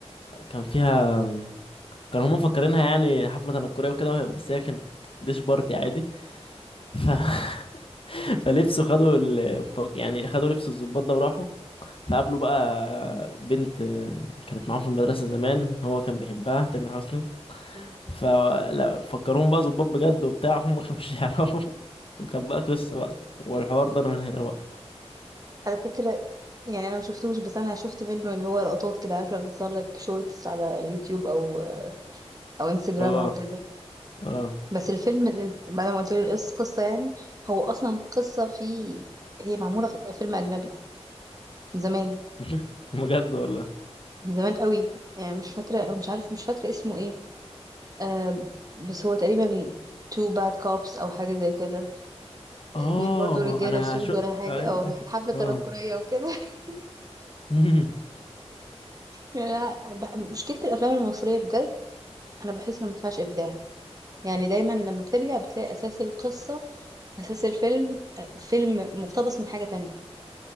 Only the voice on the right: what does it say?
ظباط
على فكرة يعني انا ما شفتوش بس انا شفت منه اللي هو لقطات كده عارف لما بتصور لك شورتس على يوتيوب او او انستجرام
او كده
بس الفيلم بعد ما قلت لي القصة قصة يعني هو اصلا قصة في هي معمولة في فيلم اجنبي من زمان
من زمان قوي يعني مش فاكرة مش عارف مش فاكرة اسمه ايه آه بس هو تقريبا تو باد كوبس او حاجة زي كده
اتنين برضو رجالة
سود
ولا حاجة
او رايحين حفلة تنكرية
وكده <laughs>
يعني أنا- مشكلة الافلام المصرية بجد انا بحس انه ما فيهاش ابداع يعني دايما لما بترجع بتلاقي أساس القصة أساس الفيلم آه، فيلم مقتبس من حاجة تانية